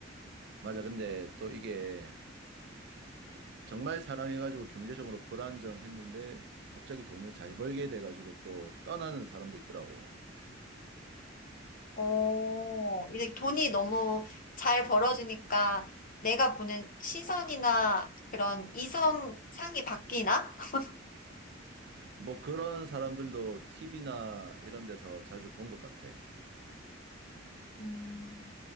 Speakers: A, on the right (about 60°); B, on the left (about 45°).
A: 맞아. 근데 또 이게 기- 정말 사랑해가지고 경제적으로 불안정했는데 갑자기 돈을 잘 벌게 돼가지고 또 떠나는 사람도 있더라고.
B: 어, 이제 돈이 너무 잘 벌어지니까 내가 보는 시선이나 그런 이성 상이 바뀌나? <laughs>
A: 뭐 그런 사람들도 TV나 이런 데서 자주 본 것 같아.
B: 음,